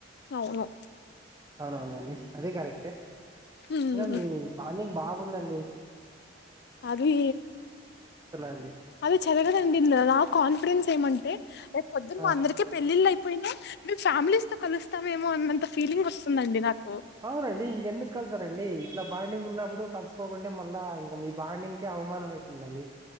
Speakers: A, on the left; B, on the right.
A: అవును
B: అవునవునులెండ్డి అది కరెక్టే
A: హ్మ్
B: ఐన మీ బాండింగ్ బాగ గుందండి
A: అది
B: అండి
A: అది చెరగదండి నా కాన్ఫిడెన్స్ ఏమంటే రేపు పొద్దు
B: ఆ
A: మా అందరికీ పెళ్ళిళ్ళు అయిపోయినా మేము ఫ్యామిలీస్ తో కలుస్తామేమో అన్నంత ఫీలింగ్ వస్తుందండి నాకు
B: అవునండి ఇంకెందుకు కల్సరండీ ఇట్లా బాండింగ్ ఉన్నప్పుడు‌ కలుసుకోకుంటే మళ్ళా ఇంకా మీ బాండింగ్ కే అవమానం అవుతుందండి